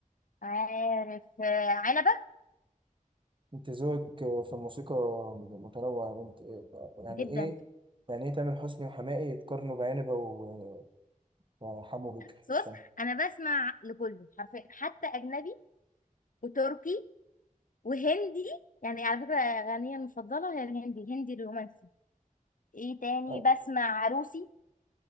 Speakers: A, on the left (about 70°); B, on the right (about 35°).
A: عارف آه، عنبه
B: أنت ذوقك آه، في الموسيقى متنوع يا بنت إيه بقى؟ يعني
A: جدا
B: إيه؟ يعني إيه تامر حسني وحماقي يتقارنوا بعنبة و- وحمو بيكا
A: بس
B: مش
A: بص
B: فاهم
A: انا بسمع لكله حرفيا حتى اجنبي وتركي وهندي يعني على فكره اغانيه المفضله هي الهندي الهندي الرومانسي ايه تاني
B: آه،
A: بسمع روسي